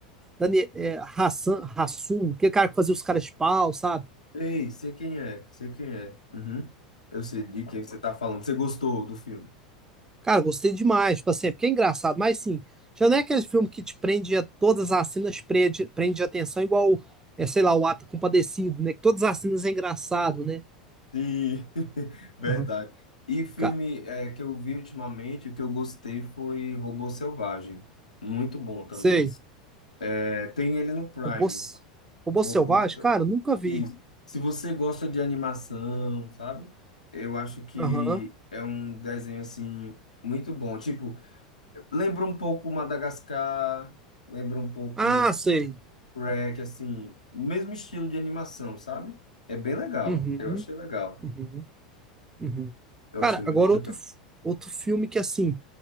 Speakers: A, on the right (about 15°); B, on the left (about 80°).
A: Dani, é, Hassan, Hassum, aquele cara que fazia os caras de pau, sabe?
B: Ei, sei quem é, sei quem é. Uhum. Eu sei de quem você tá falando. Você gostou do filme?
A: Cara, gostei demais, tipo assim, é porque é engraçado, mas sim, já não é aquele filme que te prende a todas as cenas, prende, prende a atenção, igual, é, sei lá, o Ato Compadecido, né? Que todas as cenas é engraçado, né?
B: Sim, <laughs> verdade.
A: Aham.
B: E filme
A: Ca-
B: é, que eu vi ultimamente, o que eu gostei foi Robô Selvagem. Muito bom também.
A: Sei.
B: É, tem ele no Prime.
A: Robô, S- Robô
B: Robô
A: Selvagem?
B: Selvagem.
A: Cara, eu nunca vi.
B: Isso. Se você gosta de animação, sabe? Eu acho que
A: Aham.
B: é um desenho assim muito bom. Tipo, lembra um pouco Madagascar, lembra um pouco
A: Ah, sei.
B: Shrek, assim, no mesmo estilo de animação, sabe? É bem legal.
A: Uhum,
B: Eu achei legal.
A: uhum, uhum.
B: Eu
A: Cara,
B: achei muito
A: agora
B: legal.
A: outro, f- outro filme que, assim,